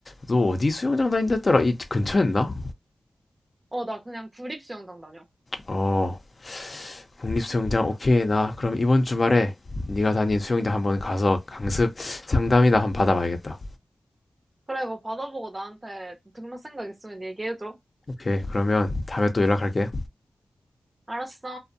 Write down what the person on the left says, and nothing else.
너 어디 수영장 다닌댔더라? 이 근처였나?
어, 국립수영장 오케이 나 그럼 이번 주말에 네가 다닌 수영장 한번 가서 강습 상담이나 한번 받아봐야겠다.
오케이 그러면 다음에 또 연락할게.